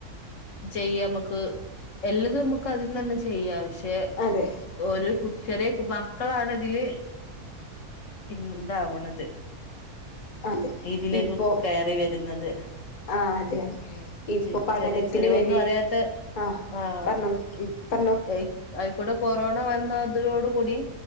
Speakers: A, on the left (about 60°); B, on the left (about 45°).
A: ചെയ്യമ്മക്ക് എല്ലതും അമ്മക്കതീന്നന്നെ ചെയ്യാ പക്ഷെ
B: അതെ
A: ഒരോ കു ചെറ്യേ മക്കളാണ് തില് ഇന്താവ് ണത്.
B: അതെ
A: ഈ തിലേക്കൊക്കെ
B: ഇപ്പൊ
A: കയറി വെര്ന്നത്.
B: ആ അതെ അതെ
A: ആഹ്
B: ഇപ്പൊ പഠനത്തിന്
A: ചെറ്യേ ചെറ്യേ
B: വേണ്ടിട്ട്
A: ഒന്നും അറിയാത്തെ
B: ആ
A: ആഹ്
B: പറഞ്ഞോളൂ
A: ഇപ്
B: പറഞ്ഞോളൂ
A: എയ് ആയ്ക്കൂടെ കൊറോണ വന്നത്രോട് കൂടി